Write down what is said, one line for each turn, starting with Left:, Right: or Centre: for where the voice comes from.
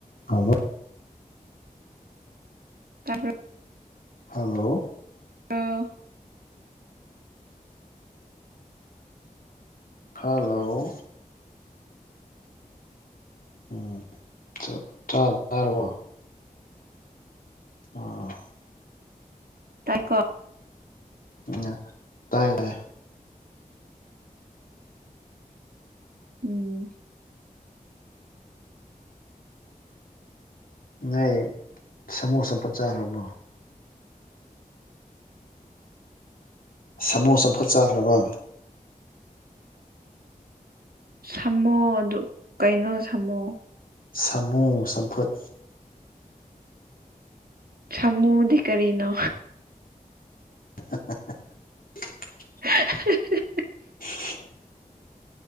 Left: ꯍꯥꯎꯕ꯭ꯔꯣ
Right: ꯇꯥꯕ꯭ꯔ?
Left: ꯍꯜꯂꯣ꯫
Right: ꯑꯣ
Left: ꯍꯜꯂꯣ ꯎꯝ ꯆꯞ-ꯆ-ꯆꯥꯔꯕꯣ? ꯑ
Right: ꯇꯥꯏꯀꯣ
Left: ꯎ ꯇꯥꯏꯌꯦ ꯇꯥꯏꯌꯦ
Right: ꯎꯝ
Left: ꯅꯣꯢ ꯁꯥꯃꯣꯁ ꯐꯠ ꯆꯥꯈ꯭ꯔꯕꯣ ꯁꯥꯃꯣꯁ ꯑꯃꯝꯐꯨꯠ ꯆꯥꯈ꯭ꯔꯕꯣ
Right: ꯁꯝꯃꯣ ꯑꯗꯨ ꯀꯩꯅꯣ ꯁꯝꯃꯣ
Left: ꯁꯥꯃꯨ ꯆꯝꯐꯨꯠ
Right: ꯁꯥꯃꯨꯗꯤ ꯀꯔꯤꯅꯣ
Left: <unintelligible>
Right: <inaudible>
Left: <unintelligible> <inaudible>